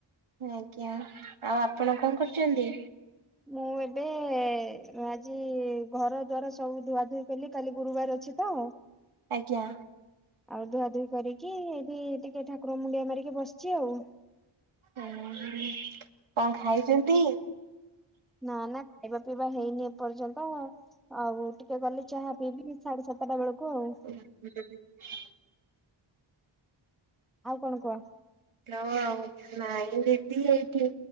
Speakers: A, on the right; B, in the centre.
A: ଆଜ୍ଞା ଆଉ ଆପଣ କଣ କରୁଛନ୍ତି।
B: ମୁଁ ଏବେ ଆଜି ଘର ଦ୍ୱାର ସବୁ ଧୁଆ ଧୁଇ କଲି କାଲି ଗୁରୁବାର ଅ ଅଛି ତ।
A: ଆଜ୍ଞା
B: ଆଉ ଧୁଆଧୁହି କରିକି ଏଠି ଟିକେ ଠାକୁର ମୁଣ୍ଡିଆ ମାରିକି ବସିଛି ଆଉ।
A: ଓହୋ କଣ ଖାଇଛନ୍ତି।
B: ନା ନା ଖାଇବା ପିଇବା ହେଇନି ଏପର୍ଯ୍ୟନ୍ତ। ଆଉ ଟିକେ ଗଲି ଚାହା ପିଇବି ସାଢେ ସାତଟା ବେଳକୁ ଆଉ।
A: <inaudible>
B: ଆଉ କଣ କୁହ।
A: କ୍ଲା ଆଉ ନାଇଁ ଦିଦି ବି ଏଇଠି।